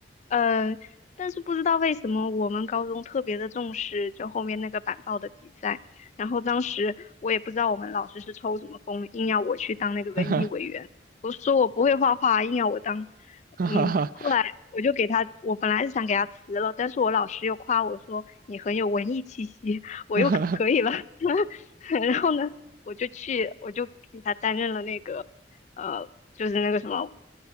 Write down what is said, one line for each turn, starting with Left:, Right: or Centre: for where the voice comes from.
Left: 嗯，但是不知道为什么我们高中特别的重视就后面那个板报的比赛，然后当时我也不知道我们老师是抽什么风，硬要我去当那个文艺委员。
Right: <laughs> 哈哈
Left: 我说我不会画画啊，硬要我当，
Right: 哈哈
Left: 嗯，后来我就给他，我本来是想给他辞了，但是我老师又夸我说你很有文艺气息，我又可以了，
Right: 哈，<laughs>
Left: <laughs> 然后呢，我就去，我就给他担任了那个，呃，就是那个什么。